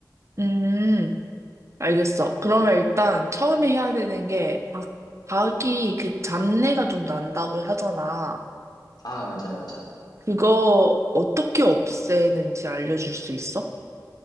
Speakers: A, on the right (about 40°); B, on the left (about 70°).
A: 음, 알겠어. 그러면 일단 처음에 해야 되는 게 닭, 닭이 그 잡내가 좀 난다고 하잖아.
B: 아, 맞아, 맞아.
A: 그거 어떻게 없애는지 알려줄 수 있어?